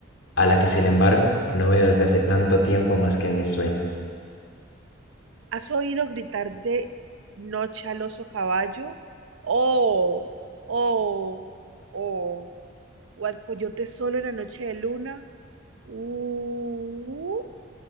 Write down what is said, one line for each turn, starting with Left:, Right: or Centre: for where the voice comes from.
Left: a la que sin embargo no veo desde hace tanto tiempo más que en mis sueños.
Right: ¿Has oído gritar de noche al oso caballo? Oh, oh, oh. O al coyote solo en la noche de luna. Uh.